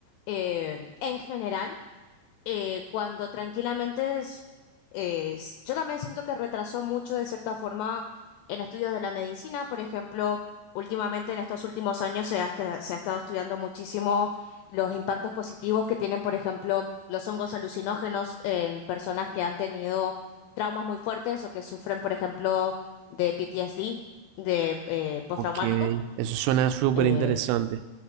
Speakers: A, on the left; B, on the right.
A: eh, en general eh, cuando tranquilamente es, es- yo también siento que retrasó mucho de cierta forma en estudios de la medicina, por ejemplo, últimamente en estos últimos años se ha, esta- se ha estado estudiando muchísimo los impactos positivos que tienen, por ejemplo, los hongos alucinógenos en personas que han tenido traumas muy fuertes o que sufren, por ejemplo, de PTSD, de eh, postraumático.
B: Ok, eso suena súper
A: eh,
B: interesante.